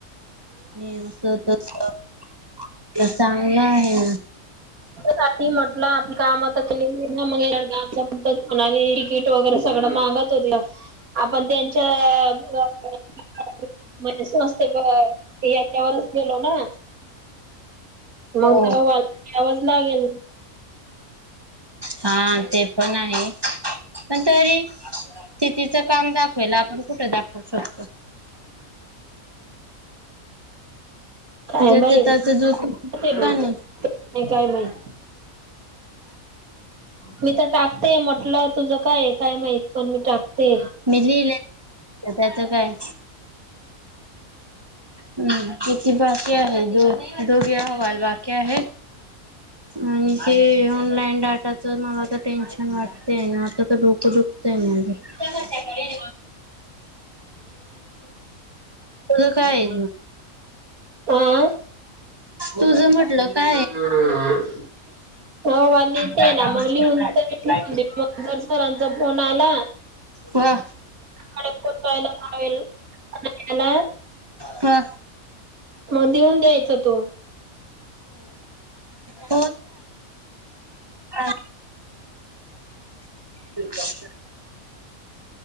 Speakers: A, on the right; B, on the right.
A: मी अस त चांगलं आहे.
B: साठी म्हटलं आपली काम त केली. <unintelligible> तिकीट वगैरे सगळं मागत होत्या आपण <unintelligible> म्हणजे <unintelligible> याच्यावरच गेलो ना मग
A: हो
B: त वा आवाज लागेल.
A: हा, ते पण आहे पण तरी ती तिचं काम दा <unintelligible> आपण कुठ दाखवू शकतो?
B: काय
A: ज्याचं
B: बाई
A: त्याचं दूध
B: ते
A: पाणी
B: भेट नाही काय माह मी तर टाकते म्हटलं, तुझं काय काय माहित पण मी टाकते.
A: मी लिहिलं, <unintelligible> त्याच काय? हम्, किती बाकी आहे? दो दोघे अहवाल बाकी आहेत. आणि ते ऑनलाईन डाटाच मला तर टेन्शन वाटतेय ना, आता तर डोकं दुखतय माझं तच्याकडे तुझ काये
B: आ
A: तुझ म्हटलं काये?
B: हो हो हो हो <unintelligible> लिहिते
A: काय
B: ना,
A: काम
B: मग
A: करताय
B: लिहून तरी ठेऊून
A: काय
B: देऊ मग जर सरांचा फोन आला.
A: व्हा
B: <inaudible>
A: हा
B: मग देऊन द्यायचा तू
A: हो हा क